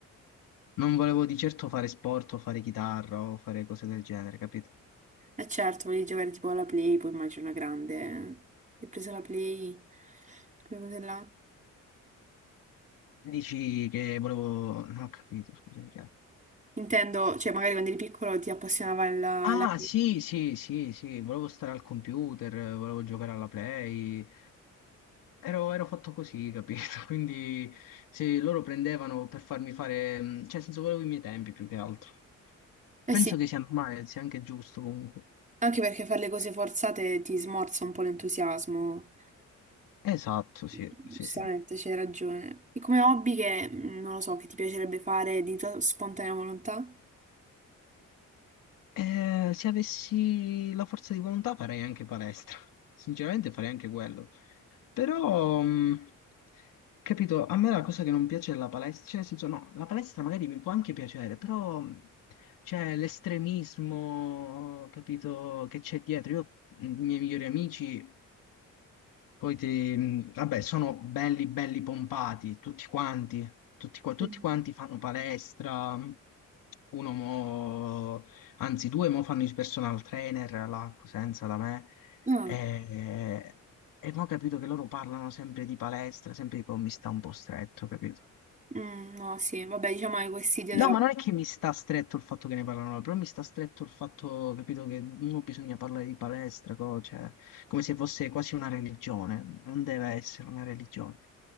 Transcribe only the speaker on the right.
Eh certo, volevi giocare tipo alla Play, poi immagino una grande. eh. Ti hai preso la Play, quelle cose là.
Intendo, cioè magari quando eri piccolo ti appassionava la,
la...
Eh
sì,
anche perché fare le cose forzate ti smorza un po' l'entusiasmo.
Giustamente,
c'hai ragione. E come hobby che, mm, non lo so, che ti piacerebbe fare di tua spontanea volontà?
Mm.
Ah.
Mm, no, sì, vabbè, diciamo che questa idea
della...